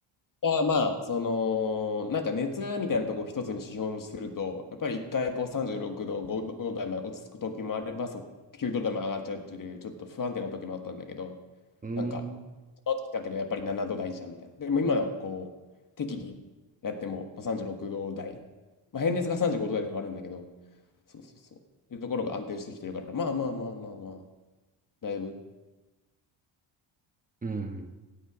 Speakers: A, on the left (about 40°); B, on the right (about 15°).
A: まあまあ、その、なんか熱みたいなとこを一つに指標にすると、やっぱり一回こう36度、5度台まで落ち着く時もあれば、そう9度台まで上がっちゃうっていう、ちょっと不安定な時もあったんだけど、
B: うーん。
A: なんか、その時だけどやっぱり7度台じゃんみたいな。でも今はこう、適宜やってもまあ36度台、まあ、平熱が35度台ではあるんだけど、そうそうそう。っていうところが安定してきてるから、まあまあまあまあまあ、だいぶ、
B: うん。